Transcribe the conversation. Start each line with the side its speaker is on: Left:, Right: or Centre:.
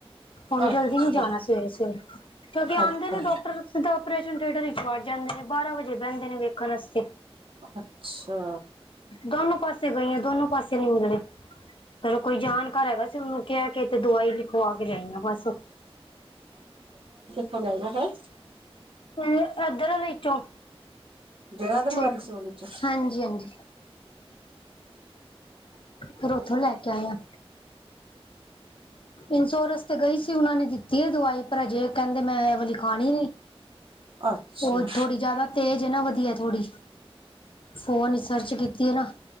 Left: ਹੁਣ
Right: ਅੱਛਾ
Left: ਜਲਦੀ ਨੀ ਜਾਣਾ ਸਵੇਰੇ-ਸਵੇਰੇ ਕਿਉਂਕਿ ਆਦੇ
Right: ਅੱਛਾ
Left: ਨੇ ਡਾਕਟਰ ਸਿੱਧਾ ਆਪਰੇਸ਼ਨ ਥਿਏਟਰ ਏ। ਵੱਜ ਜਾਂਦੇ ਨੇ ਬਾਰਾਂ ਵਜੇ ਬਹਿੰਦੇ ਨੇ ਵੇਖਣ ਆਸਤੇ।
Right: ਅੱਛਾ।
Left: ਦੋਨੋ ਪਾਸ ਤੇ ਗਈਆਂ ਦੋਨੋ ਪਾਸੇ ਨਹੀਂ ਮਿਲੇ। ਫਿਰ ਉਹ ਕੋਈ ਜਾਣਕਾਰ ਹੈਗਾ ਸੀ ਉਹਨੂੰ ਕਹਿ ਕੇ ਇੱਕ ਦਵਾਈ ਲਿਖਵਾ ਕੇ ਲਿਆਈ ਮੈਂ ਬੱਸ।
Right: ਤੋ ਲੈਲੋ ਫਿਰ।
Left: ਪਹਿਲਾਂ ਇੱਧਰ ਆਲੇ ਚੋਂ,
Right: ਜਗਾਦਰੀ
Left: ਛੁੱਟ,
Right: ਵਾਲੀ ਸੀ ਵਾਲੀ ਚ
Left: ਹਾਂਜੀ-ਹਾਂਜੀ। ਫਿਰ ਉੱਥੋਂ ਲੈ ਕੇ ਆਏ ਆ, ਇਨਸੋਰੇਨਸ ਤੇ ਗਈ ਸੀ ਉਹਨਾਂ ਨੇ ਦਿੱਤੀ ਹੈ ਦਵਾਈ ਪਰ ਹਜੇ <unintelligible> ਕਹਿੰਦੇ ਮੈਂ ਇਹ ਵਾਲੀ ਖਾਣੀ ਨੀ।
Right: ਅੱਛਾ
Left: ਉਹ ਥੋੜੀ ਜਿਆਦਾ ਤੇਜ ਇਹ ਨਾ, ਵਧੀਆ ਥੋੜੀ ਫੋਨ ਵਿੱਚ ਸਰਚ ਕੀਤੀ। ਕਿ ਨਾ